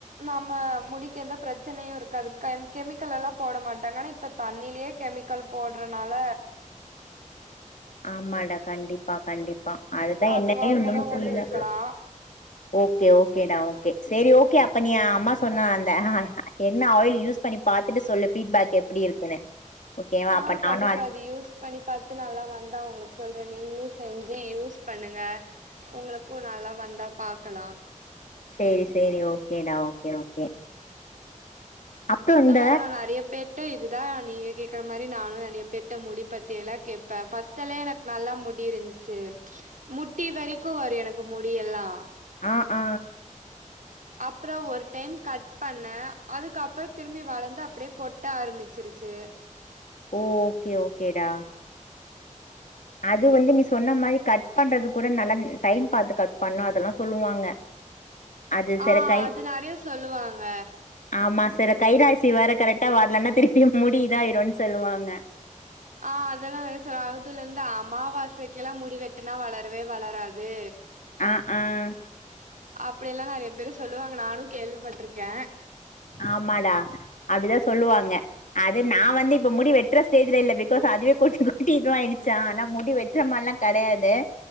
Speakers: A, on the right (about 70°); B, on the left (about 70°).
A: நம்ம முடிக்கெந்த பிரச்சனையும் இருக்காது கம் கெமிக்கல் எல்லாம் போட மாட்டாங்க ஆனா இப்ப தண்ணிலயே கெமிக்கல் போடுறனால
B: ஆமாடா கண்டிப்பா கண்டிப்பா அதுதான்
A: அதுவா
B: என்னன்னே ஒண்ணும
A: கூட
B: புரியல
A: ஒண்ணு இருக்கலா
B: ஓகே ஓகேடா ஓகே சரி ஓகே அப்ப நீ அம்மா சொன்ன அந்த என்ன ஆயில் யூஸ் பண்ணி பாத்துட்டு சொல்லு ஃபீட்பேக் எப்படி இருக்குன்னு ஓகேவா
A: ஆ
B: அப்ப
A: கண்டிப்பா
B: நானு
A: அது யூஸ் பண்ணிப் பாத்து நல்லா வந்தா உங்ளுக்கு சொல்றேன் நீங்களும் செஞ்சு யூஸ் பண்ணுங்க உங்களுக்கும் நல்லா வந்தா பாக்கலா
B: சேரி சேரி ஓகேடா ஓகே ஓகே அப்றோ
A: இத
B: இந்த
A: வேற நா நிறைய பேர் ட்ட இதுதான் நீங்க கேக்குற மாறி நானும் நிறைய பேற்ட்ட முடி பத்தி எல்லாம் கேட்பே ஃபஸ்ட் எல்லா எனக் நல்லா முடிய இருந்துச்சு முட்டி வரைக்கும் வரும் எனக்கு முடியெல்லாம்
B: ஆ ஆ
A: அப்புறம் ஒரு டைம் கட் பண்ண அதுக்கப்புறம் திரும்பி வளந்து அப்படியே கொட்ட ஆரம்பிச்சிருச்சு
B: ஓகே ஓகேடா அது வந்து நீ சொன்ன மாறி கட் பண்றது கூட நல்லா டைம் பாத்து கட் பண்ணும் அதெல்லாம் சொல்லுவாங்க அது சில
A: ஆ
B: கை
A: அது நெறைய சொல்லுவாங்க
B: ஆமா சில கைராசி வேற கரெக்டா வரலன்னா திருப்பியும் முடி இதாயிடும்ன்னனு சொல்லுவாங்க
A: ஆ அதெல்லாம் நிறைய சொல்லுவாங்க அதுல இருந்து அமாவாசைக்கு எல்லாம் முடி வெட்டுனா வளரவே வளராது
B: ம் ம்
A: அப்படி எல்லாம் நிறைய பேரு சொல்லுவாங்க நானும் கேள்விப்பட்டிருக்கேன்
B: ஆமாடா அப்படிதான் சொல்லுவாங்க அது நான் வந்து இப்ப முடி வெட்டுற ஸ்டேஜ்ல இல்ல பிகாஸ் அதுவே கொட்டி கொட்டி இது ஆயிடுச்சா ஆனா முடி வெ ட்ற மாறி எல்லாம் கெடையாது